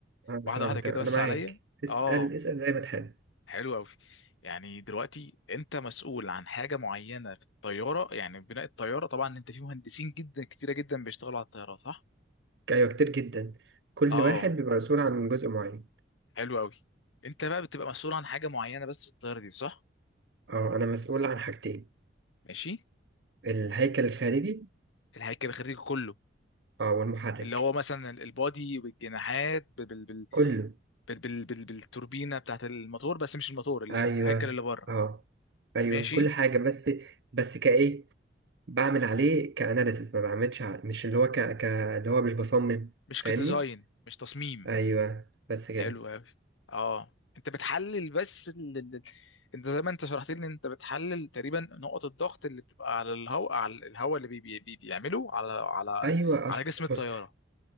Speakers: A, on the right; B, on the left.
A: انا مش
B: واحده
A: فاهمك
B: واحده كده
A: تمام. انا
B: بس
A: معاك
B: عليا
A: اسال
B: اه
A: اسال زي ما تحب
B: حلو قوي يعني دلوقتي انت مسؤول عن حاجه معينه في الطياره يعني بناء الطياره طبعا انت في مهندسين جدا كتيره جدا بيشتغلوا على الطياره صح
A: ايوه كتير جدا كل
B: اه
A: واحد بيبقى مسؤول عن جزء معين
B: حلو قوي انت بقى بتبقى مسؤول عن حاجه معينه بس في الطياره دي صح
A: اه انا مسؤول عن حاجتين
B: ماشي
A: الهيكل الخارجي
B: الهيكل الخارجي كله
A: اه والمحرك
B: اللي هو مثلا ال- البادي بالجناحات بال بال بال
A: كله
B: بال بال بال بالتوربينه بتاعت الموتور بس مش الموتور ال-
A: ايوه
B: الهيكل اللي بره
A: اه ايوه
B: ماشي
A: كل حاجه بس بس كايه بعمل عليه كأناليسيس ما بعملش ع- مش اللي هو ك... ك... اللي هو مش بصمم
B: مش
A: فاهمني
B: كديزاين مش تصميم
A: ايوه بس كده
B: حلو قوي اه انت بتحلل بس ال... ال- ال- انت زي ما انت شرحت لي انت بتحلل تقريبا نقط الضغط اللي بتبقى على الهواء على الهواء اللي بي... بي... بي- بيعمله على على
A: ايوه
B: على
A: اصل
B: جسم الطياره
A: بص